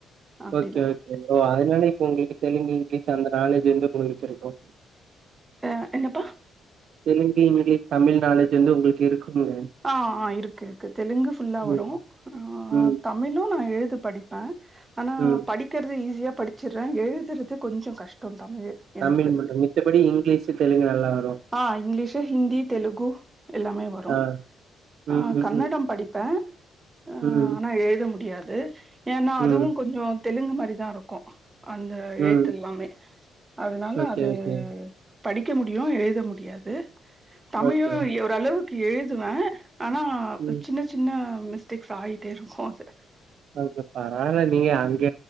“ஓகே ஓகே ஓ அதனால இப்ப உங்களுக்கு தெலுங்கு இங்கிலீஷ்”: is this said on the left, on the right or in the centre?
Right